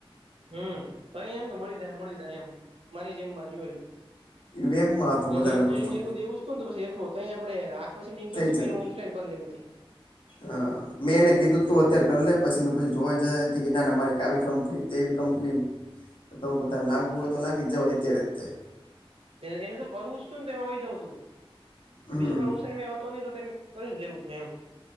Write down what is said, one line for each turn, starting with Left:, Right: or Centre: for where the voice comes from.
Right: હમ તો એમ કે મળી જાય મળી જાય એમ મારી જેમ મારી હોય
Left: વેમમાં હતો
Right: એને
Left: વધારે
Right: તો ઇન્ટર
Left: પડતો
Right: દેવું શું પેખ તોહી આપણે આઠની
Left: થઈ જાત.
Right: ઓફલાન કરી લેવી
Left: હા મેં એને કીધું તું અત્યારે ગ લે પછી પછી જોઈ જાય હતી કે ના ના મારી આવી કંપની તેવી કંપની તમે પોતાને લાગુ હોય તો લાગી જવાય અત્યારે અત્યારે
Right: એને જો કરવું ને તો એમાં આવી જવું તું
Left: હમ
Right: બીજું કઈ મેં હતો નહી તો તેને કરી જ લેવું છું એમ